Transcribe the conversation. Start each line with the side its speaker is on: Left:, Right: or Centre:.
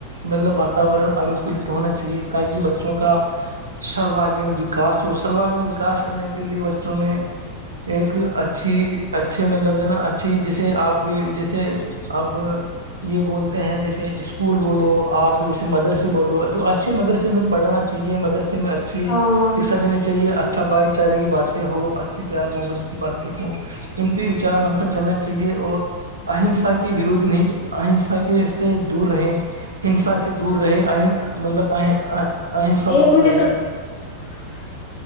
Right: مطلب واتاورن انوکولت ہونا چاہیے تاکہ بچوں کا سرواگیین وکاس ہو سرواگین وکاس کرنے کے لے بچوں میں ایک اچھی اچھے مطلب جو ہے نا اچھی جیسے آپ بھی جیسے اب یہ بولتے ہیں جیسے اسکول بولو آپ جیسے مدرسے بولو تو اچھے مدرس میں پڑھنا چاہیے مدرسے میں اچھی
Left: ہاں
Right: شکھا دینی چاہیے اچھا بائک بے چارے کی باتیں ہوں اچھی پیار محبت کی باتیں ہوں ان پہ وچار منتھن کرنا چاہیے اور اہنسا کے ورودھ نہیں اہنسا کے سے دور رہے ہنسا سے دور رہےئ مطلب اہنسا
Left: ایک
Right: کو اپنائیں
Left: منٹ